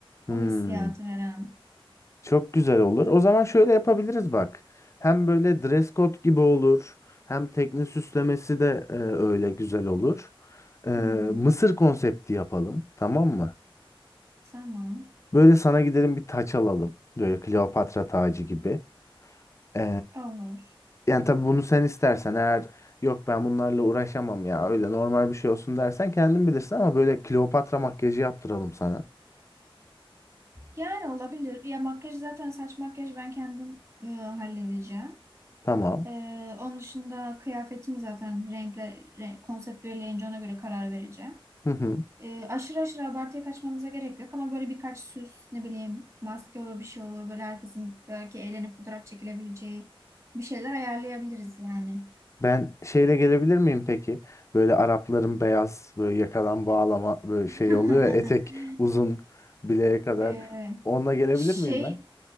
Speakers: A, on the left; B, on the right.
A: Hmm.
B: o hissiyatı veren.
A: Çok güzel olur. O zaman şöyle yapabiliriz bak. Hem böyle dress code gibi olur. Hem tekne süslemesi de e, öyle güzel olur. E,
B: Hı hı.
A: Mısır konsepti yapalım. Tamam mı?
B: Tamam.
A: Böyle sana gidelim bir taç alalım. Böyle Kleopatra tacı gibi. E,
B: Olur.
A: yani tabii bunu sen istersen eğer yok ben bunlarla uğraşamam ya öyle normal bir şey olsun dersen kendin bilirsin ama böyle Kleopatra makyajı yaptıralım sana.
B: Yani olabilir. Ya makyaj zaten saç makyaj ben kendim e, halledeceğim.
A: Tamam.
B: E, onun dışında kıyafetimi zaten renkle re- konsept belirleyince ona göre karar vereceğim.
A: <laughs>
B: E, aşırı aşırı abartıya kaçmamıza gerek yok ama böyle birkaç süs ne bileyim maske olur bir şey olur böyle herkesin belki eğlenip fotoğraf çekilebileceği bir şeyler ayarlayabiliriz yani.
A: Ben şeyle gelebilir miyim peki? Böyle Arapların beyaz böyle yakadan bağlama böyle
B: <laughs>
A: şey oluyor ya etek uzun bileğe kadar.
B: E,
A: Onunla gelebilir
B: şey
A: miyim ben?